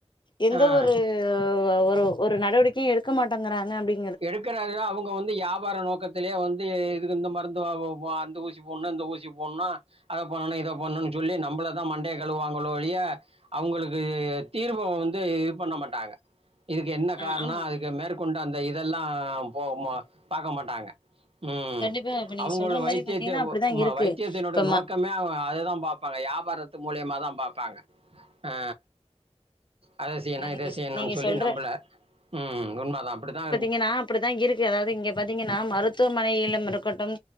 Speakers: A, on the left (about 40°); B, on the right (about 55°).
A: எந்த
B: ஆ
A: ஒரு ஒரு ஒரு நடவடிக்கையு எடுக்க மாட்டேங்கிறாங்க அப்டி
B: எடுக்கற தா அவுங்க வந்து யா பார நோக்கத்திலயே வந்து இதுக்கு இந்த மருந்து வ்வா அந்த ஊசி போட்ணு இந்த ஊசி போட்ணா அத பண்ணணு இத பண்ணணு சொல்லி நம்பளதா மண்டைய கழுவாங்களோ ஒழிய அவுங்களுக்கு தீர்வ்வ வந்து இது பண்ண மாட்டாங்க இதுக்கு என்ன
A: ஆ
B: காரணம்
A: ஆமா
B: அதுக்கு மேற்கொண்டு அந்த இதெல்லா போ மா பாக்க மாட்டாங்க ம்
A: கண்டிப்பா இப்ப நீங்க
B: அவுங்களு
A: சொல்ற
B: வைத்தியத்த
A: மாரி பாத்தீங்கன்னா அப்டிதா
B: மா
A: இருக்கு
B: வைத்தியத்தினுடைய
A: இப்ப ம
B: நோக்கமே அவ் அததா பாப்பாங்க வியாபாரத்து மூலியமாதா பாப்பாங்க ஆ அத செய்யணு
A: இல்ல
B: இத
A: நீங்க
B: செய்யணுன்னு
A: நீங்க
B: சொல்லி
A: சொல்ற
B: நம்பல ம் உண்ம தா அப்டி தா
A: இங்க நானு அப்டிதா இருக்கு அதாவது இங்க பாத்தீங்கன்னா மருத்துவமனையிலும் இருக்கட்டும்